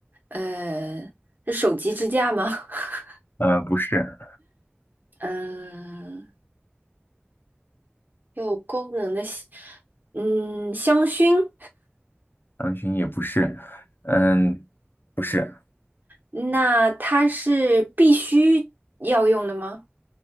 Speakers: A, on the right (about 50°); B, on the left (about 55°).
A: 呃，是手机支架吗？<laughs>
B: 呃，不是，
A: 嗯、有功能的香嗯，香薰。
B: 狼群也不是，嗯，不是，
A: 那它是必须要用的吗？